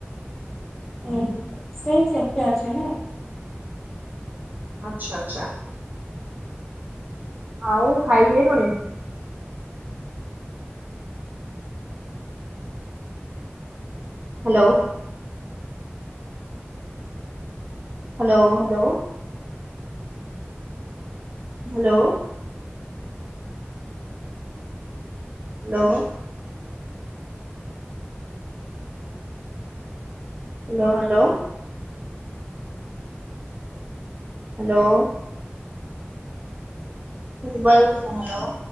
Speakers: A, in the centre; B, on the right (about 40°).
A: ହୁଁ ସେଇ ସେଥିା ଅଛି ନା
B: ଆଚ୍ଛା ଆଚ୍ଛା ଆଉ ଖାଇଦାଇନୁଣି hello hello hello hello hello hello hello hello ତେ ବ ସାଙ୍ଗଲ